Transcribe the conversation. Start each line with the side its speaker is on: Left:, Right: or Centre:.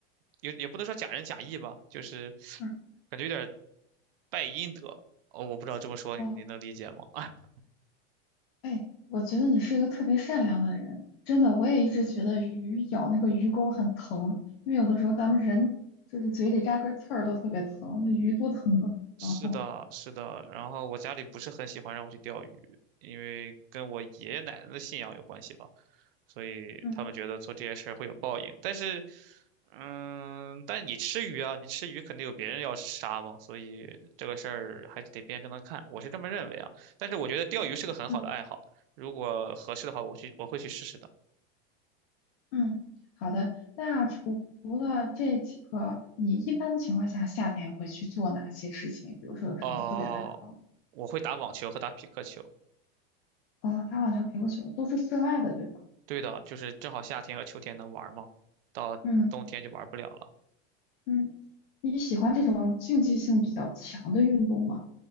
Right: 也也不能说假仁假义吧，就是
Left: 嗯，
Right: 感觉有点儿败阴德。哦，我不知道这么说你你能理解吗？
Left: 哦。
Right: <laughs>
Left: 哎，我觉得你是一个特别善良的人，真的，我也一直觉得鱼咬那个鱼钩很疼，因为有的时候咱们人就是嘴里扎根刺儿都特别疼，那鱼多疼啊！
Right: 是的，
Left: 然后，
Right: 是的。然后我家里不是很喜欢让我去钓鱼，因为跟我爷爷奶奶的信仰有关系吧，所以他们觉得做这些事儿会有报应。
Left: 嗯
Right: 但是，嗯，但你吃鱼啊，你吃鱼肯定有别人要杀嘛，所以这个事儿还是得辩证的看，我是这么认为啊。但是我觉得钓鱼是个很好的爱好，
Left: 嗯
Right: 如果合适的话，我去我会去试试的。
Left: 嗯，好的，那除除了这几个，你一般情况下夏天会去做哪些事情？比如说有什么特别的爱好吗？
Right: 哦，我会打网球和打匹克球。
Left: 啊、打网球、乒乓球都是室外的，对吧？
Right: 对的，就是正好夏天和秋天能玩嘛，到冬天就玩不了了。
Left: 嗯嗯，你喜欢这种竞技性比较强的运动吗？